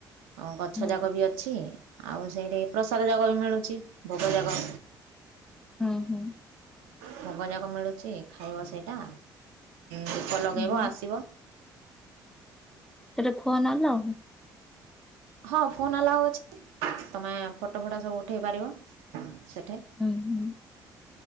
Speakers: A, on the right; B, in the centre.
A: ଆଉ ଗଛଯାକ
B: ହୁଁ,
A: ବି ଅ ଛି ଆଉ ସେଇଠି ପ୍ରସାଦ ଯାକ ବି ମିଳୁଛି ଭୋଗ ଯାକ।
B: ହୁଁ ହୁଁ।
A: ଭଗଯାକ ମିଳୁଛି ଖାଇବ ସେଇଟା ଦିପ ଲଗେଇବ
B: ହୁଁ।
A: ଆସିବ।
B: ସେଠି ଫୋନ ଆଲାଉ ନା।
A: ହଁ ଫୋନ ଆଲାଓ ଅଛି ତମେ ଫଟୋ ଫଟୋ ସବୁ ଉଠେଇ ପାରିବ। ସେଠେ।
B: ହୁଁ, ହୁଁ।